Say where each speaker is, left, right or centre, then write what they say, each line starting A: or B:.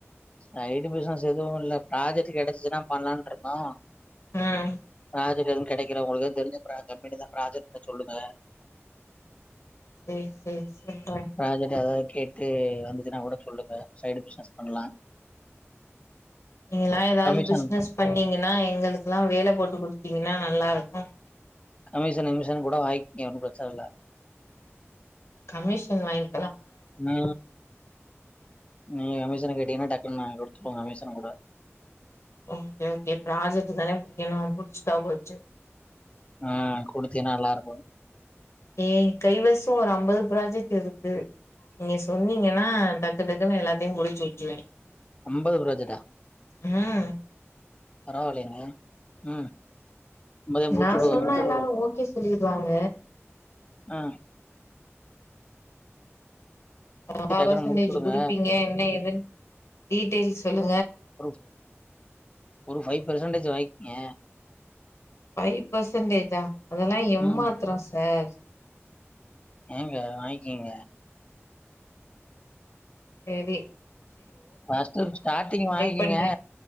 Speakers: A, on the left; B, on the left.
A: சைடு பிசினஸ் எதுவும் இல்ல ப்ராஜெக்ட் கிடைச்சதுனா பண்ணலாம்னு இருக்கோம்
B: ம்ம்
A: ப்ரஜெக்ட் எதுவும் கிடைக்கல உங்களுக்கு தெரிஞ்ச கம்பெனில ப்ராஜெக்ட் இருந்தா சொல்லுங்க
B: சேரி சேரி சேரி சொல்ரேன்
A: ப்ராஜெக்ட் எதாவது கேட்டு வந்துச்சுன்னா கூட சொல்லுங்க சைடு பிசினஸ் பண்ணலாம்
B: நீங்களாம் ஏதாவது
A: கமிஷன்
B: பிசினஸ் பண்ணீங்கன்னா எங்களுக்கு எங்களுக்குலாம் வேலை போட்டு குடுத்தீங்கன்னா நல்லா இருக்கும்
A: கமிஷன் அமிஷன் கூட வாங்கிக்கங்க ஒன்னும் பிரச்சனை இல்ல
B: கமிஷன் வாங்
A: நா நா கமிசனுக்கு ‌வி த்தீனா டக்குன் நா எடுத்துப்போ கமிசன் கூட
B: ஓகே ஓகே ப்ராஜெக்ட தானே புடிக்கணு புடிச்சுட்டா போச்சு
A: ஆ குடுத்தீனா நல்லாருக்கு
B: ஏ கைவச ஒரு அம்பது ப்ராஜெக்ட் இருக்கு நீங்க சொன்னீங்கனா டக்கு டக்குன்னு எல்லாத்தையு முடுச்சு வச்சுவே
A: அம்பது ப்ராஜெட்டா
B: ம்
A: பரவால்லயேங்க ம் அம்பதையு முடிச்சு
B: நா
A: வுடுவாங்க
B: சொன்னா எல்லாரு ஓகே சொல்லிருவாங்க
A: ஆ
B: ஆ
A: டக்குன்னு
B: பர்சன்டேஜ்
A: முடிச்சு வுடுங்க
B: குடுப்பீங்க என்ன எதுன் டீடெய்ல்ஸ் சொல்லு
A: ஒரு ஒரு ஃபைவ் பெர்சன்டேஜு வாய்கங்க
B: ஃபை பர்சன்டேஜா அதெல்லா எம்மாத்ரொ
A: ம்.
B: சார்
A: ஏங்க வாய்ங்கங்க
B: சேரி
A: ஃபஸ்ட்டு ஸ்டார்டிங் வாங்கிங்க
B: பண்றே